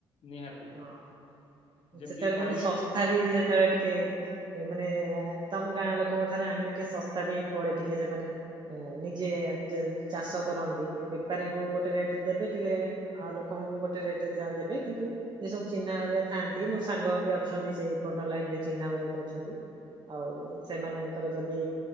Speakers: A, on the left (about 60°); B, on the right (about 45°).
A: ନିହାତି
B: ହଁ
A: ଯେମିତି
B: ସେତେବେଳେ
A: କହିଲି
B: ମାନେ ଶସ୍ତା ବି ସେତେବେଳେ ଟିକେ ମାନେ ତମ ଗାଁ ଲୋକଙ୍କ ଠାରୁ ଆଣିଲେ ଟିକେ ଶସ୍ତା ବି ପଡେ ଟିକେ ସେମାନେ ଆ ନିଜେ ଯ ଚାଷ କରନ୍ତି ବେପାରୀଙ୍କୁ ଗୋଟେ ରେଟ ରେ ଦେବେ ଟିକେ ଆଉ ଲୋକଙ୍କୁ ଗୋଟେ ରେଟ ରେ ଦେବେ କିନ୍ତୁ ସେ ସବୁ ଚିହ୍ନା କରିବାଆ ଥାଆନ୍ତି ମୋର ସାଙ୍ଗ ବି ଅଛନ୍ତି ସେଇ ପଟ ଲାଇନରେ ଚିହ୍ନା ବହୁତ ଅଛନ୍ତି ଆଉ ସେମାନଙ୍କର ଯଦି